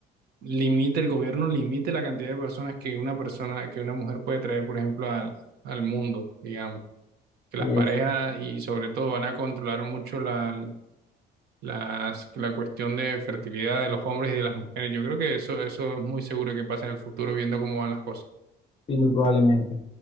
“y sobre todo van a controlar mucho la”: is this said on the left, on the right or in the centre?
Right